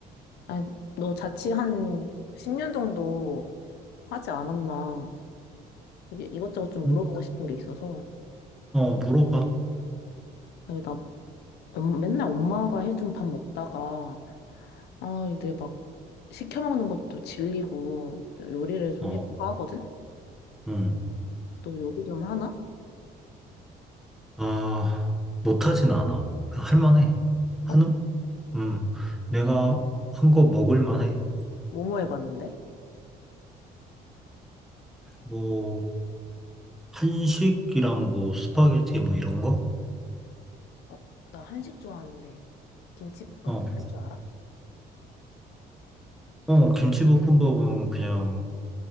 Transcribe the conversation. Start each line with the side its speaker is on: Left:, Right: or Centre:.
Left: 아니, 너 자취 한 10년 정도 하지 않았나? 이것저것 좀 물어보고
Centre: 음?
Left: 싶은 게 있어서.
Centre: 어, 물어봐.
Left: 아니, 나 엄- 맨날 엄마가 해준 밥 먹다가, 아, 이제 막 시켜 먹는 것도 질리고, 요리를 좀
Centre: 어,
Left: 해볼까 하거든?
Centre: 음.
Left: 너 요리 좀 하나?
Centre: 아, 못하진 않아. 할 만해. 한,
Left: 어,
Centre: 음, 내가 한 거 먹을 만해.
Left: 뭐뭐 해봤는데?
Centre: 뭐, 한식이랑 뭐, 스파게티 뭐 이런 거?
Left: 어, 나 한식 좋아하는데. 김치볶음밥
Centre: 어,
Left: 할 줄 알아?
Centre: 어, 김치볶음밥은 그냥,